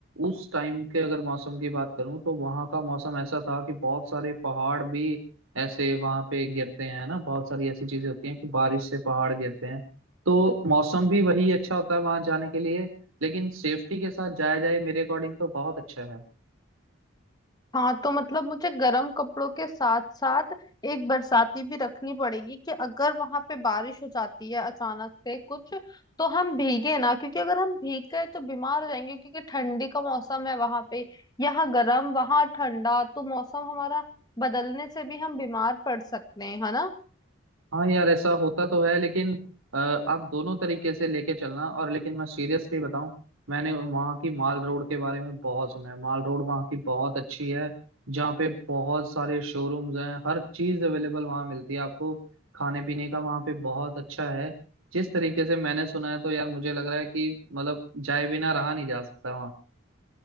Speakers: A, on the right; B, on the left.
A: उस टाइम के अगर मौसम की बात करूं तो वहां का मौसम ऐसा था कि बहुत सारे पहाड़ भी ऐसे वहां पे गिरते हैं ना बहुत सारी ऐसी चीजें होती हैं कि बारिश से पहाड़ गिरते हैं तो मौसम भी वही अच्छा होता है वहां जाने के लिए लेकिन सेफ्टी के साथ जाया जाए मेरे अकॉर्डिंग तो बहुत अच्छा है
B: हाँ तो मतलब मुझे गर्म कपड़ों के साथ साथ एक बरसाती भी रखनी पड़ेगी कि अगर वहां पे बारिश हो जाती है अचानक से कुछ तो हम भीगे ना क्योंकि अगर हम भीग गए तो बीमार हो जाएंगे क्योंकि ठंडी का मौसम है वहां पे यहाँ गर्म वहां ठंडा तो मौसम हमारा बदलने से भी हम बीमार पड़ सकते हैं है ना
A: हाँ यार ऐसा होता तो है लेकिन अ, आप दोनों तरीके से लेके चलना और लेकिन मैं सीरियसली बताऊं मैंने वहाँ की माल रोड के बारे में बहुत सुना है माल रोड वहाँ की बहुत अच्छी है जहाँ पे बहुत सारे शोरूम्स हैं हर चीज़ अवेलेबल वहाँ मिलती है आपको खाने पीने का वहाँ पे बहुत अच्छा है जिस तरीके से मैंने सुना है तो यार मुझे लग रहा है कि मतलब जाए बिना रहा नहीं जा सकता